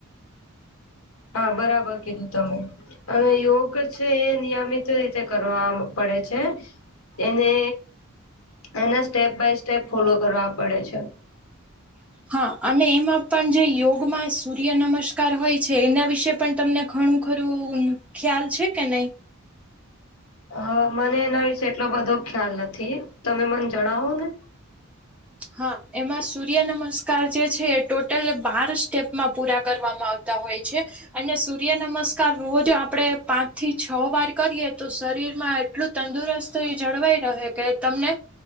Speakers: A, on the left; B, in the centre.
A: હા બરાબર કીધું તમે અને યોગ છે એ નિયમિત રીતે કરવા મ પડે છે. એને એના સ્ટેપ બાય સ્ટેપ ફોલો કરવા પડે છે. <unintelligible>
B: હા અને એમાં પણ જે યોગમાં સૂર્ય નમસ્કાર હોય છે એના વિશે પણ તમને ઘણું ખરું ખ્યાલ છે કે નહી
A: હ મને એના વિશે એટલો બધો ખ્યાલ નથી તમે મને જણાવો ને
B: હા એમાં સૂર્ય નમસ્કાર કાર જે છે એ ટોટલ બાર સ્ટેપમાં પૂરા કરવામાં આવતા હોય છે. અને સૂર્ય નમસ્કાર રોજ આપડે પાંચ થી છ વાર કરીએ તો શરીર માં એટલું તંદુરસ્ત જળવાઈ રહે કે તમને